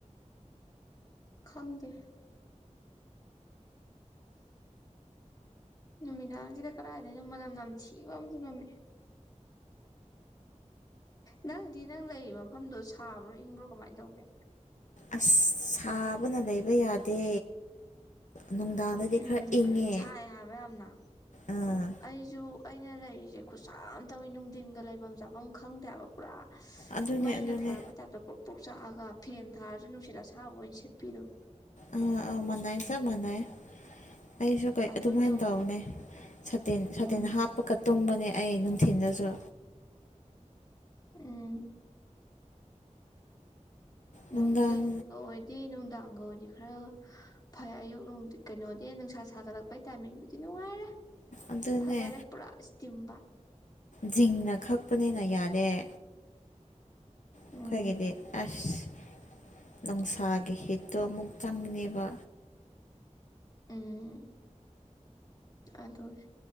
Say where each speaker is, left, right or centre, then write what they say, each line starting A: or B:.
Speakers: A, on the left (about 30°); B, on the left (about 75°).
A: ꯈꯪꯗꯦ ꯅꯨꯃꯤꯗꯥꯡꯁꯤꯗ ꯀꯗꯥꯏꯗꯅꯣ ꯃꯅꯝ ꯅꯝꯊꯤꯕ ꯑꯃꯁꯨ ꯅꯝꯃꯛꯑ‌ꯦ ꯅꯪꯗꯤ ꯅꯪ ꯂꯩꯔꯤꯕ ꯃꯐꯝꯗꯣ ꯁꯥꯕ꯭ꯔꯣ ꯏꯪꯕ꯭ꯔꯣ ꯀꯃꯥꯏꯅ ꯇꯧꯒꯦ
B: ꯑꯁ ꯁꯥꯕꯅ ꯂꯩꯕ ꯌꯥꯗꯦ ꯅꯨꯡꯗꯥꯡꯗꯗꯤ
A: ꯎꯝ
B: ꯈꯔ ꯏꯪꯉꯦ
A: ꯁꯥꯏ ꯍꯥꯏꯕ ꯌꯥꯝꯅ
B: ꯑꯥ
A: ꯑꯩꯁꯨ ꯑꯩꯅ ꯂꯩꯔꯤꯁꯦ ꯈꯨꯁ ꯁꯥ ꯃꯥ ꯇꯧꯋꯤ ꯅꯨꯡꯊꯤꯟꯒ ꯂꯩꯐꯝ ꯆꯥꯐꯝ ꯈꯪꯗꯦꯕ ꯄꯨꯔꯥ
B: ꯑꯗꯨꯅꯦ
A: ꯃꯩꯅ
B: ꯑꯗꯨꯅꯦ
A: ꯊꯥꯔꯛꯄꯩ ꯇꯥꯏꯞꯇ ꯄꯣꯛ ꯄꯣꯛ ꯆꯥꯛꯑꯒ ꯐꯦꯟ ꯊꯥꯔꯁꯨ ꯅꯨꯡꯁꯤꯠ ꯑꯁꯥꯕ ꯑꯣꯏꯅ ꯁꯦꯠꯄꯤꯗꫭ
B: ꯑ ꯑ ꯃꯅꯩ ꯆꯞ ꯃꯥꯟꯅꯩ ꯑꯩꯁꯨ ꯀꯩ
A: ꯑꯗꯨ
B: ꯑꯗꯨꯃꯥꯏꯅ
A: ꯇꯧꯋꯦ
B: ꯇꯧꯕꯅꯦ ꯁꯥꯇꯤꯟ ꯁꯥꯇꯤꯟ
A: ꯎꯝ
B: ꯍꯥꯞꯄꯀ ꯇꯨꯝꯕꯅꯦ ꯑꯩ ꯅꯨꯡꯊꯤꯟꯗꯁꯨ
A: ꯎꯝ
B: ꯅꯨꯡꯗꯥꯡ
A: ꯅꯨꯡꯊꯤꯟꯒ ꯑꯣꯏꯗꯤ ꯅꯨꯡꯗꯥꯡꯒ ꯑꯣꯏ ꯗꯤ ꯈꯔ ꯐꯩ ꯑꯌꯨꯛ ꯅꯨꯡ ꯀꯩꯅꯣꯗꯤ ꯅꯨꯡꯁꯥ ꯁꯥꯒꯠꯂꯛꯄꯩ ꯇꯥꯏꯃꯤꯡꯗꯨꯗꯤ ꯅꯨꯡꯉꯥꯏꯔꯦ
B: ꯑꯗꯨꯅꯦ
A: ꯐꯖꯥꯔ‌ꯦ ꯄꯨꯔ ꯏꯁꯇꯤꯝꯕꯥꯠ
B: ꯖꯤꯡꯅ ꯈꯛꯄꯅꯤꯅ ꯌꯥꯗ‌ꯦ
A: ꯎꯝ
B: ꯑꯈꫭꯏꯒꯗꯤ ꯑꯁ ꯅꯨꯡꯁꯥꯒꯤ ꯍꯤꯠꯇꯣ ꯑꯃꯨꯛ ꯆꯪꯉ‌ꯦꯕ
A: ꯎꯝ ꯑꯗꯨꯅꯦ